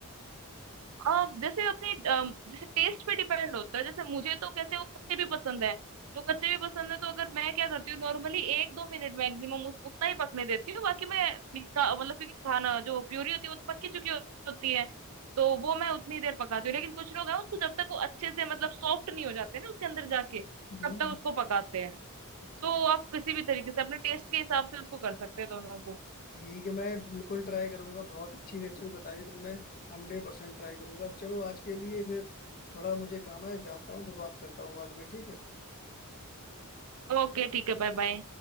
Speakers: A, on the right; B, on the left.
A: आ, जैसे अपने अम, जैसे टेस्ट पे डिपेंड होता है जैसे मुझे तो कैसे वो कच्चे भी पसंद है तो कच्चे
B: अच्छा
A: भी पसंद है तो अगर मैं क्या करती हूँ नॉर्मली एक दो मिनट मैक्सिमम उस, उतना ही पकने देती हूँ बाकी मैं निका मतलब क्योंकि खाना जो प्यूरी होती है वो तो पक्की चुकी होती है तो वो मैं उतनी देर पकाती हूँ लेकिन कुछ लोग हैं उसको जब तक वो अच्छे से मतलब सॉफ्ट नहीं हो जाते ना उसके अंदर जाके
B: हम्म,
A: तब तक उसको पकाते हैं
B: अच्छा,
A: तो आप किसी भी तरीके से अपने टेस्ट के हिसाब से उसको कर सकते हैं दोनों को
B: ठीक है मैं बिल्कुल ट्राई करूंगा बहुत अच्छी रेसिपी बताई तुमने हंड्रेड परसेंट ट्राई करूंगा चलो आज के लिए फिर थोड़ा मुझे काम है जाता हूँ फिर बात करता हूँ बाद में ठीक है
A: ओके ठीक है बाय बाय